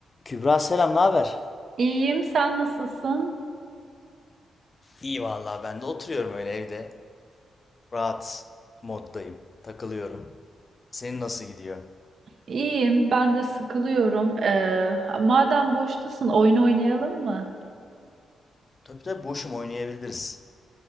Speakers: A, on the left; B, on the right.
A: Kübra selam, ne haber?
B: İyiyim, sen nasılsın?
A: İyi vallahi ben de oturuyorum öyle evde. Rahat moddayım. Takılıyorum. Senin nasıl gidiyor?
B: İyiyim, ben de sıkılıyorum. Ee, madem boştasın, oyun oynayalım mı?
A: Tabii tabii boşum oynayabiliriz.